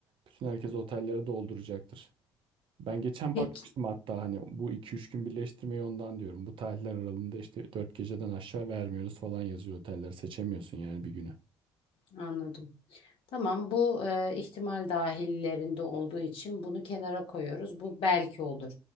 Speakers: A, on the right; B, on the left.
A: Bütün herkes otelleri dolduracaktır. Ben geçen
B: Peki.
A: bakmıştım hatta hani bu iki üç gün birleştirmeyi ondan diyorum. Bu tarihler aralığında işte 4 geceden aşağı vermiyoruz falan yazıyor oteller. Seçemiyorsun yani bir günü.
B: Anladım. Tamam bu e, ihtimal dahillerinde olduğu için bunu kenara koyuyoruz. Bu belki olur.